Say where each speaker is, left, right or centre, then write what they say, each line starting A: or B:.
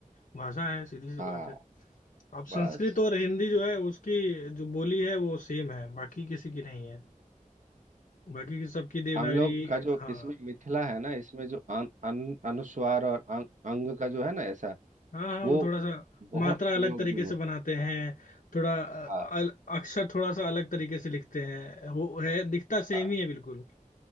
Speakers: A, on the left; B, on the right.
A: भाषा है सीधी सी
B: हाँ
A: बात है अब
B: बस
A: संस्कृत और हिंदी जो है उसकी जो बोली है वो सेम है बाकी किसी की नहीं है बाकी की सबकी देवनागरी
B: हम लोग का जो
A: हाँ
B: इसमें मिथिला है ना इसमें जो अन, अन, अनुस्वार और अंग, अंग का जो है ना ऐसा
A: हाँ हाँ
B: वो
A: वो थोड़ा सा
B: बहुत
A: मात्रा
B: प्रयोग
A: अलग तरीके
B: में होता
A: से बनाते हैं थोड़ा अ,
B: है
A: अल- अक्षर थोड़ा सा अलग तरीके से लिखते हैं वो है दिखता सेम
B: हाँ
A: ही है बिल्कुल